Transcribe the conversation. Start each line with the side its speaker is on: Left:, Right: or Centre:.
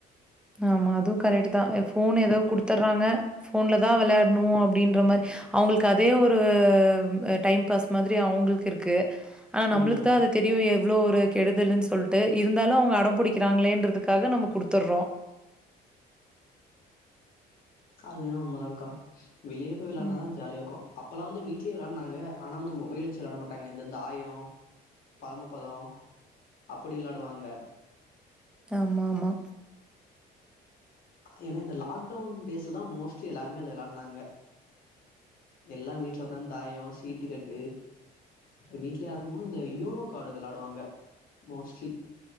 Centre: ஆமா அதும் கரெக்ட் தா ஃபோன் ஏதாவது குடுத்துர்றாங்க போன்ல தா வெளயாடணு அப்டின்ற மாரி அவுங்களுக்கு அதே ஒரு அ டைம் பாஸ் மாரி அவுங்களுக்கு இருக்கு ஆனா நம்மளுக்கு
Left: ம்
Centre: தா அது தெரியவே இவ்ளோ ஒரு கெடுதல்ன்னு சொல்ட்டு இருந்தாலு அவுங்க அடம்புடிக்கிறாங்களேன்றதுக்காக நம்ம குடுத்தர்றோ
Left: அது என்னமோ உண்மதான்கா வெளில போய் வெளயான்னாதா
Centre: ம்.
Left: ஜாலியாருக்கு அப்பலா வந்து வீ்ட்லயே வெளையாட்னாங்க ஆனா வந்து மொபைல் வச்ச வெளாட மாட்டாங்க இந்த தாயோ பதம பதோ அப்டி வெள்ளாடுவாங்க
Centre: ஆமாமா
Left: ஏன்னா இந்த லாக்டவுன் டேஸ்லதா மோஸ்ட்லி எல்லாமே அத வெள்ளானாங்க எல்லா வீட்ல உக்காந்து தாயே சீட்டுக்கட்டு எ வீட்லய ஆடும்போது இந்த யூனோ கார்டு வெளயாடுவாங்க மோஸ்ட்லி